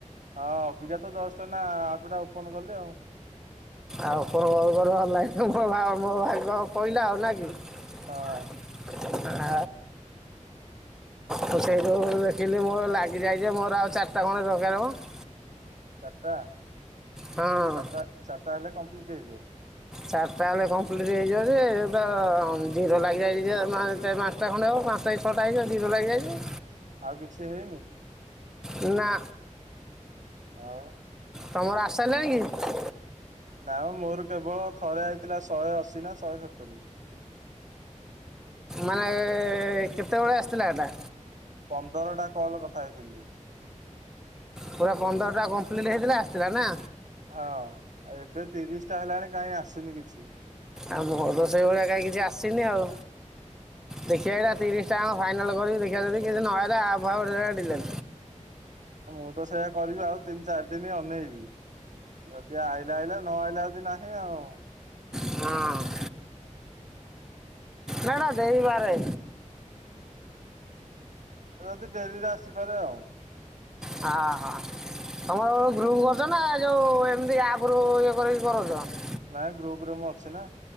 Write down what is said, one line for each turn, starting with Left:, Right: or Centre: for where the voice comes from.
Right: ହଁ, ଅଭିକାତ ଦଶଟା ନା ଆପଟା ଓପନ କଲି ଆଉ
Centre: ଆଉ ଆପଣଙ୍କର ହେଲେ ମୋ ମୋ ଭାଗ ପଇଲା ଆଉନା କି?
Right: ହଁ।
Centre: ଆ ମୁଁ ସେଇଠୁ ଦେଖିଲି ମୋର ଲାଗିଯାଇଛି, ମୋର ଆଉ ଚାରିଟା ଖଣ୍ଡ ଦରକାର ହବ।
Right: ଚାରିଟା
Centre: ହଁ
Right: ଚାରିଟା ଚାରିଟା ହେଲେ କମ୍ପ୍ଲିଟ ହେଇଯିବ?
Centre: ଚାରିଟା ହେଲେ କମ୍ପ୍ଲିଟ୍ ହେଇଯିବ ଯେ। ଜିରୋ ଲାଗିଯାଇଛି ଯେ <inaudible> ଟ ଖଣ୍ଡ ଆଉ ପାଞ୍ଚଟା ରି ଅଟା ହେଯଛି ଦିର ଲାଗିଯାଇଛି।
Right: ଆଉ କିଛି ହେଇନି?
Centre: ନା।
Right: ଆଉ।
Centre: ତମର ଆସିସାରିଲାଣି କି?
Right: ନା ମୋର କେବଳ ଥରେ ଆଇଥିଲା ଶହେ ଅଶି ନା ଶହେ ସତୁରି।
Centre: ମାନେ କେତେବେଳେ ଆସିଥିଲା ଏଇଟା?
Right: ପନ୍ଦର ଟା କଲ୍ କଥା ହେଇଥିଲି।
Centre: ପୁରା ପନ୍ଦରଟା କମ୍ପ୍ଲିଟ୍ ହେଇଥିଲା, ଆସିଥିଲା ନା।
Right: ହଁ, ଏବେ ତିରିଶଟା ହେଲାଣି କାହିଁ ଆସିନି କିଛି?
Centre: ଆଉ ମୋର ସେଇ ଭଳିଆ କାହିଁ କିଛି ଆସିନି ଆଉ। ଦେଖିବା ଏଇଟା ତିରିଶଟା କ ଫାଈନାଲ କରିକି ଦେଖିବା ଯଦି କିଛି ନହେଲେ ଆପ ଡିଲେଟ।
Right: ମୁଁ ତ ସେଇୟା କରିବି ଆଉ ତିନି ଚାରି ଦିନ ହିଁ ଅନେଇବି ଯଦି ଆଇଲା, ଆଇଲା ନ ଆଇଲା ଯଦି ନାହିଁ ଆଉ।
Centre: ହୁଁ। ନା, ନା ଦେଇପାରେ।
Right: ଯଦି ଡେରିରେ ଆସିପାରେ ଆଉ
Centre: ହଁ, ହଁ। ତମର ଗ୍ରୁପ କରିଛ ନା ଯୋଉ ଏମିତି ଆପରୁ ଇଏ କରିକି କରୁଛ।
Right: ନାଇଁ ଗ୍ରୁପରେ ମୁଁ ଅଛି ନା